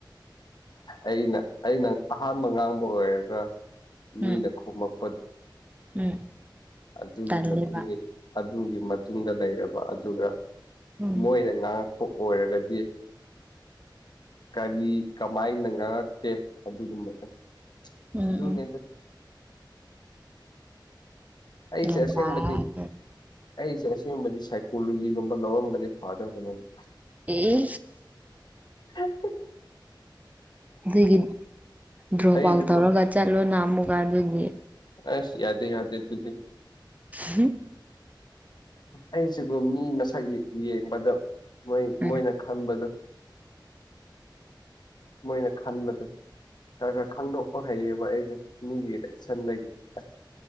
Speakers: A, on the left; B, on the right.
A: ꯑꯩꯅ ꯑꯩꯅ ꯑꯍꯥꯟꯕ ꯉꯥꯡꯕ ꯑꯣꯏꯔꯒ ꯃꯤꯅ
B: ꯎꯝ
A: ꯈꯣꯃꯛꯄ
B: ꯎꯝ
A: ꯑꯗꯨꯒꯤ
B: ꯇꯜꯂꯦꯕ
A: ꯃꯇꯨꯡ ꯑꯗꯨꯒꯤ ꯃꯇꯨꯡꯗ ꯂꯩꯔꯕ ꯑꯗꯨꯒ
B: ꯎꯝ
A: ꯃꯣꯏꯅ ꯉꯉ ꯑꯣꯏꯔꯒꯗꯤ ꯀꯔꯤ ꯀꯃꯥꯏꯅ ꯉꯥꯡꯉꯛꯀꯦ ꯑꯗꯨꯒꯨꯝꯕꯗ
B: ꯎꯝ
A: ꯑꯗꯨꯅꯦꯗ
B: ꯎꯝ
A: ꯑꯩ
B: ꯂꯦꯝꯕꯥꯔ
A: ꯆꯁꯦꯕꯤ ꯑꯩ ꯆꯁ ꯒꯨꯝꯕꯗꯤ ꯁꯥꯏꯀꯣꯂꯣꯖꯤꯒꯨꯝꯕ ꯂꯧꯔꯝꯕꯗꯤ ꯄꯥꯗꯕꯅꯤꯗ
B: ꯎ
A: ꯍ
B: ꯑꯗꯨꯒꯤ ꯗ꯭ꯔꯣꯞ
A: ꯑꯩꯁꯨꯀꯣ
B: ꯑꯥꯎꯠ ꯇꯧꯔꯒ ꯆꯠꯂꯣ ꯅꯝ ꯑꯃꯨꯒ ꯑꯗꯨꯒꯤ
A: ꯑꯁ ꯌꯥꯗꯦ ꯌꯥꯗꯦ ꯑꯗꯨꯗꯤ
B: ꯎꯝ
A: ꯑꯩꯁꯤꯕꯨ ꯃꯤ ꯃꯁꯛ ꯌꯦꯡꯕꯗ ꯃꯣꯏ
B: ꯎꯝ
A: ꯃꯣꯏꯅ ꯈꯟꯕꯗꯣ ꯃꯣꯏꯅ ꯈꯟꯕꯗꯨ ꯈꯔ ꯈꯟꯗꯣꯛ ꯐꯩꯌꯦꯕ ꯑꯩꯁꯦ ꯃꯤꯒꯤ ꯁꯟꯒꯤ ꯑꯁ